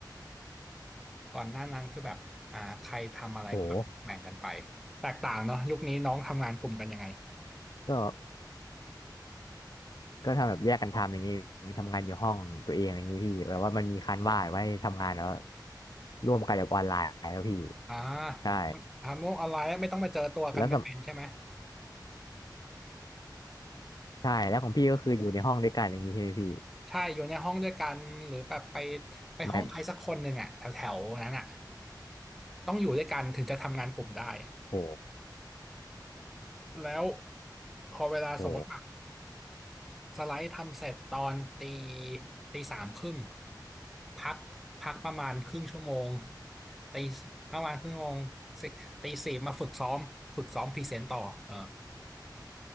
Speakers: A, in the centre; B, on the left.
A: ก่อนหน้านั้นคือแบบอ่าใครทำอะไรก็แบบแบ่งกันไป
B: โอ้โห
A: แตกต่างเนาะยุคนี้น้องทำงานกลุ่มกันยังไง
B: ก็ก็ทำแบบแยกกันทำอย่างนี้ทำงานอยู่ห้องตัวเองอย่างนี้พี่แบบว่ามันมีคันว่าไว้ทำงานแล้วร่วมกันกับออนไลน์แล้วพี่
A: อ่า
B: ใช่
A: ทำโลกออนไลน์ไม่ต้องมาเจอตัวกันเป็นๆใช่ไหม
B: แล้วสม ใช่แล้วของพี่ก็คืออยู่ในห้องด้วยกันอย่างนี้ใช่ไหมพี่
A: ใช่อยู่ในห้องด้วยกันหรือแบบไปไปห้องใครสักคนหนึ่งอะแถวๆนั้นอะ
B: ไม่
A: ต้องอยู่ด้วยกันถึงจะทำงานกลุ่มได้อะ
B: โห
A: แล้วพอเวลาสมมติแบบ
B: โห
A: สไลด์ทำเสร็จตอนตีตีสามครึ่งพักพักประมาณครึ่งชั่วโมงตีประมาณครึ่งชั่วโมงสิตีสี่มาฝึกซ้อมฝึกซ้อมพรีเซนต์ต่อเออ